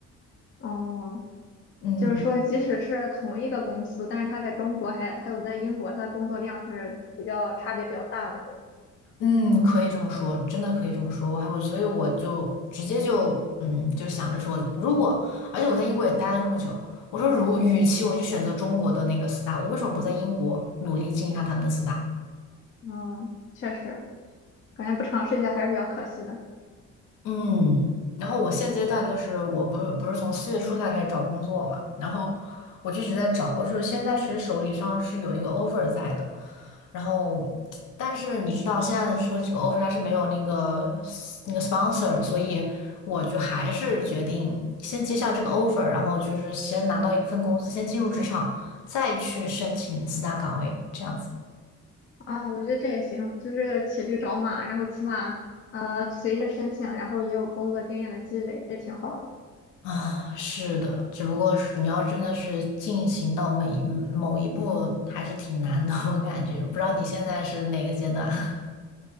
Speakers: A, on the left (about 40°); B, on the left (about 85°).
A: 哦，
B: 嗯。
A: 就是说，即使是同一个公司，但是他在中国还还有在英国，他的工作量是比较差别比较大的，是吧？
B: 嗯，可以这么说，真的可以这么说。我还我，所以我就直接就嗯，就想着说，如果而且我在英国也待了这么久，我说如与其我就选择中国的那个四大，我为什么不在英国努力进一下他们的四大？
A: 嗯，确实，感觉不尝试一下还是比较可惜的。
B: 嗯，然后我现阶段就是我不是不是从四月初才开始找工作嘛，然后我就一直在找，我说现在其实手里上是有一个 offer 在的，然后但是你知道现在的手里这个 offer 它是没有那个那个 sponsor，所以我就还是决定先接下这个 offer，然后就是先拿到一份工资，先进入职场，再去申请四大岗位这样子。
A: 啊，我觉得这也行，就是骑驴找马，然后起码呃，随着申请，然后也有工作经验的积累，这挺好的。
B: 啊，是的，只不过是你要真的是进行到每一某一步，还是挺难的，<laughs> 我感觉。我不知道你现在是哪个阶段？<laughs>